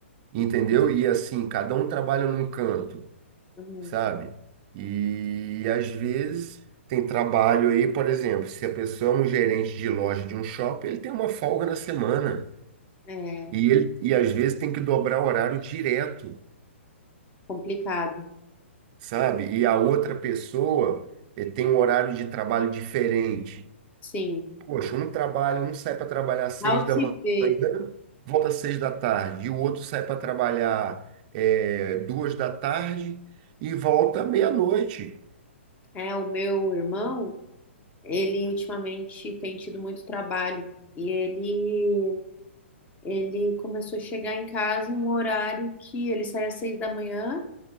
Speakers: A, on the right; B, on the left.
A: entendeu? E assim, cada um trabalha num canto.
B: uhum,
A: sabe? E às vezes tem trabalho aí, por exemplo, se a pessoa é um gerente de loja de um shopping, ele tem uma folga na semana
B: é
A: e ele e às vezes tem que dobrar o horário direto,
B: complicado.
A: sabe? E a outra pessoa eh, tem um horário de trabalho diferente.
B: Sim.
A: Poxa, um trabalha, um sai para trabalhar às seis
B: Ao
A: da
B: se
A: manhã,
B: ver,
A: volta às seis da tarde, e o outro sai para trabalhar eh, duas da tarde e volta meia-noite.
B: é, o meu irmão, ele ultimamente tem tido muito trabalho. E ele, ele começou a chegar em casa em um horário que ele saía às seis da manhã,